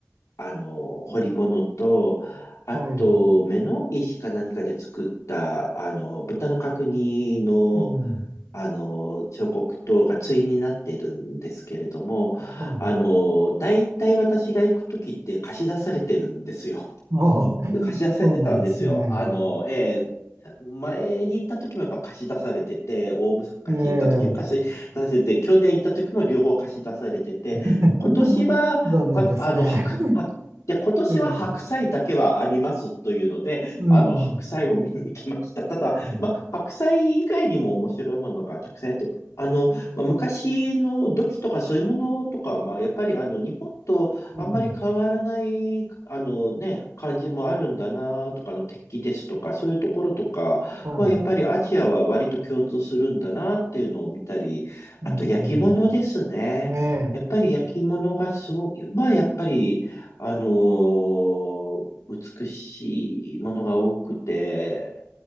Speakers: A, on the left (about 75°); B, on the right (about 75°).
A: あの、彫り物と、あと、
B: はい、
A: 目の石か何かで作った、あの、豚の角煮の、
B: うん、
A: あの、彫刻刀が対になっているんですけれども、あの、
B: はい。
A: 大体私が行くときって貸し出されてるんですよ。
B: ああ、
A: 貸し出されてたんですよ。
B: そうなんですね。
A: あの、えー前に行った時もやっぱ貸し出されてて、大昔行った時も貸し出されて、
B: ええ、
A: 去年行った時も両方貸し出されてて、
B: <laughs>
A: 今年は、
B: 残念ですね。
A: はあの、白、白、で、今年は白菜だけはありますというので、
B: <laughs> ええ、うん、
A: あの、白菜を見に行きました。ただ、
B: うん、
A: まあ、白菜以外にも面白いものがたくさんあって、あの、まあ、昔の土器とかそういうものとか、まあ、やっぱりあの、日本とあんまり変わらない、
B: うん
A: あのね、感じもあるんだなとか、あの鉄器ですとか、そういうところとかは、
B: はい、
A: やっぱりアジアは割と共通するんだなっていうのを見たり、
B: うん、
A: あと焼き物ですね。
B: ええ、
A: やっぱり焼き物がすごく、まあやっぱり、あのー美しいものが多くて、